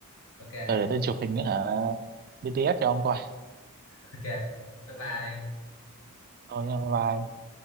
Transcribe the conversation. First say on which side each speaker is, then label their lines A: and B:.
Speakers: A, on the left (about 65°); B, on the right (about 40°).
A: ok
B: ừ, để tôi chụp hình nữa hả BTS cho ông coi
A: <laughs> ok bye bye
B: thôi nha bye bye